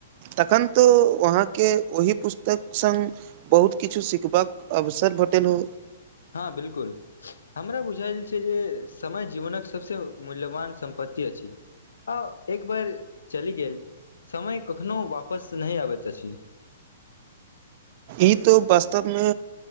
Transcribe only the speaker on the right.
तखन तो वो आहाँ के ओहि पुस्तक संग बहुत किछु सीखबाक अवसर बोटेेलू
ई तऽ वास्तवमे